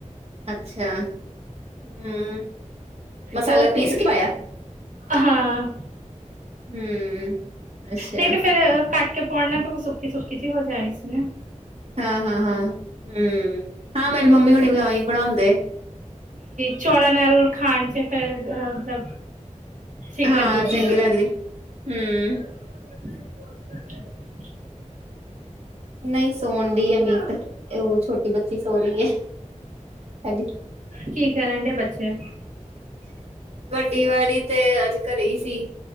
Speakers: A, on the right; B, on the right.
A: ਅੱਛਾ, ਹੂੰ। ਮਸਾਲਾ
B: ਹੋਰ ਕੂਕਿ,
A: ਪੀਸ ਕੇ ਪਾਇਆ
B: ਹਾਂ
A: ਹੂੰ ਅੱਛਾ
B: ਨਈ ਤੇ ਫੇਰ ਕੱਟ ਕੇ ਪੁਣ ਲੈਣ ਤੇ ਓ ਸੁਕੀ-ਸੁਕੀ ਜੀ ਹੋ ਜਾਣੀ ਸੀ ਨਾ
A: ਹਾਂ-ਹਾਂ-ਹਾਂ ਹੂੰ ਹਾਂ ਮੇਰੀ ਮੰਮੀ ਹੋਣੀ ਵੀ ਓਈ ਬਣਾਂਦੇ।
B: ਚੌਲਾ ਨਾਲ ਖਾਣ ਚ ਫੇਰ ਅ ਮਤਲਬ ਠੀਕ
A: ਹਾਂ
B: ਲੱਗੂਗੀ
A: ਚੰਗੀ ਲਗਦੀ ਹੂੰ।
B: <inaudible>
A: ਨਈ ਸੋਣ ਡੀ ਐ ਮੀਤ ਤੇ ਓ ਛੋਟੀ ਬੱਚੀ ਸੋ ਰੀ ਐ। ਹੈ ਡੀ-
B: ਕੀ ਕਰਨ ਡੇ? ਬੱਚੇ
A: ਵੱਡੀ ਵਾਲੀ ਤੇ ਅੱਜ ਕਰੇ ਈ ਸੀ।